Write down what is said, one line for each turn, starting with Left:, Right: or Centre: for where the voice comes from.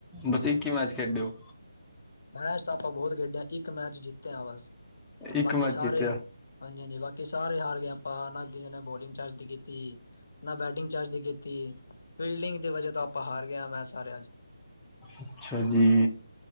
Centre: ਬਸ ਇੱਕ ਹੀ ਮੈਚ ਖੇਡੇ ਹੋ
Left: ਬਾਸ ਤਾਂ ਆਪਾਂ ਬਹੁਤ ਖੇਡੇ ਆਂ, ਇੱਕ ਮੈਚ ਜਿੱਤ ਆਂ, ਬਸ
Centre: ਇੱਕ
Left: ਬਾਕੀ
Centre: ਮੈਚ
Left: ਸਾਰੇ
Centre: ਜਿੱਤਿਆ
Left: ਹਾਰੇ ਹਾਂਜੀ-ਹਾਂਜੀ ਬਾਕੀ ਸਾਰੇ ਹਾਰ ਗਏ, ਆਪਾਂ ਨਾ ਕਿਸੇ ਨੇ ਬੋਲਿੰਗ ਚੱਜ ਦੀ ਕੀਤੀ, ਨਾ ਬੈਟਿੰਗ ਚੱਜ ਦੀ ਕੀਤੀ। ਤੀ ਬਿਲਡਿੰਗ ਦੀ ਵਜਾ ਤੋਂ ਆਪਾਂ ਹਾਰ ਗਿਆ ਮੈਚ ਸਾਰੇ ਅੱਜ।
Centre: ਅੱਛਾ ਜੀ।